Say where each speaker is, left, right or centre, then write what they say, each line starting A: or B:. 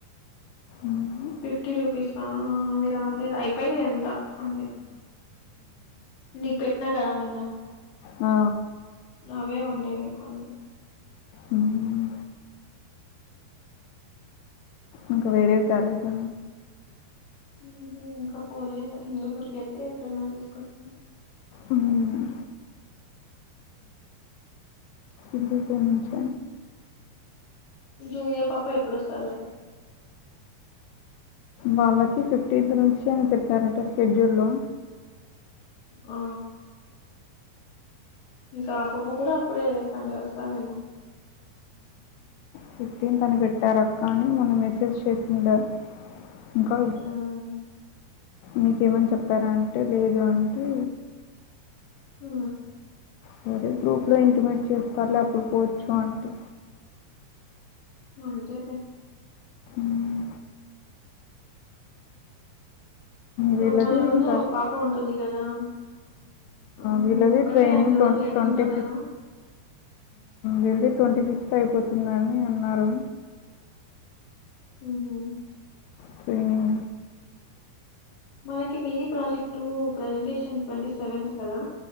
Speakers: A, on the left; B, on the left.
A: మ్మ్.
B: ఫిఫ్టీ రూపీస్ఆ అవి రాలేదు అయిపోయినాయి అంత అవి నీకు పెట్టినా కదా మొన్న
A: ఆ
B: అవే ఉంటాయి ఎక్కువ అన్ని
A: మ్మ్. ఇంకా వేరేవి తెలదు
B: ఉహు ఇంకా పోలేదు హిందుపురికి వెళ్తే ఎప్పుడైనా తీసుకొస్త
A: మ్మ్. హిందూపూరి నుంచ
B: జూనియర్ పాప ఎప్పుడు వస్తారు
A: వాళ్ళకి ఫిఫ్టీన్త్ నుంచి అని పెట్టరట షెడ్యూల్ లో
B: ఆ ఇంకా ఆపపు కూడా అప్పుడే సండే వస్తారేమో
A: ఫిఫ్టీన్తని పెట్టారు అక్క అని మొన్న మెసేజ్ చేసిండ ఇంకా
B: మ్మ్
A: మీకేమని చెప్పారా అంటే లేదు అంటే
B: ఆ
A: సరే గ్రూప్లో ఇంటిమేట్ చేస్తారులే అప్పుడు పోవచ్చు అంటే
B: అ చేయలే
A: మ్మ్. వీళ్ళది
B: మన రూమ్
A: ఇంకా
B: లో ఒక పాప ఉంటుంది కదా ఆ
A: వీళ్ళది
B: ఒకతే
A: ట్రైనింగ్
B: అన్ని
A: ట్వం
B: రోజులు ఎట్లుందా
A: ట్వంటీ
B: కదా
A: వెళ్లి ట్వంటీ ఫిఫ్త్ అయిపోతుందని అన్నారు
B: ఉహు
A: ట్రేనిగ్
B: మనకి mini project presentation twenty seventh కదా